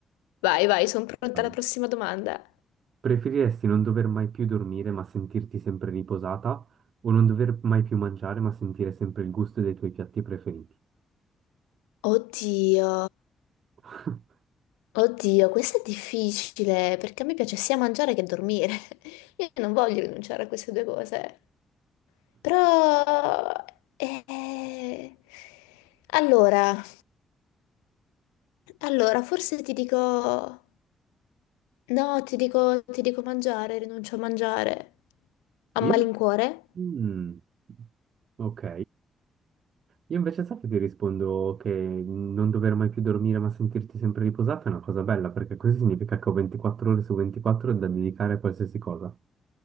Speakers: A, on the left; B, on the right.
A: Vai, vai, sono pronta
B: Vai.
A: alla prossima domanda.
B: Preferiresti non dover mai più dormire ma sentirti sempre riposata o non dover mai più mangiare ma sentire sempre il gusto dei tuoi piatti preferiti?
A: Oddio.
B: <laughs>
A: Oddio, questo è difficile perché a me piace sia mangiare che dormire. <laughs> Io non voglio rinunciare a queste due cose. Però... eh, Allora, allora, forse ti dico... No, ti dico, ti dico mangiare, rinuncio a mangiare. A
B: Io?
A: malincuore?
B: Mm, ok. Io invece sai che ti rispondo che non dover mai più dormire ma sentirti sempre riposata è una cosa bella perché così significa che ho 24 ore su 24 da dedicare a qualsiasi cosa.